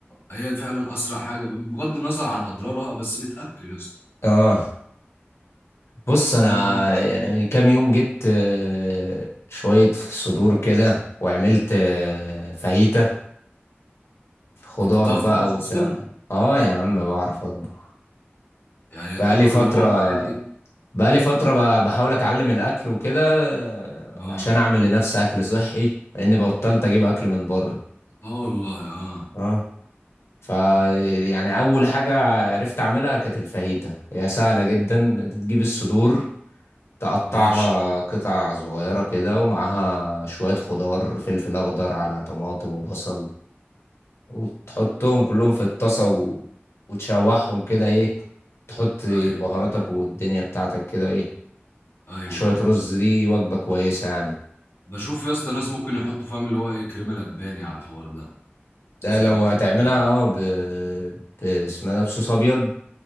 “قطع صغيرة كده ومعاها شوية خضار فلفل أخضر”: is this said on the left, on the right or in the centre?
Left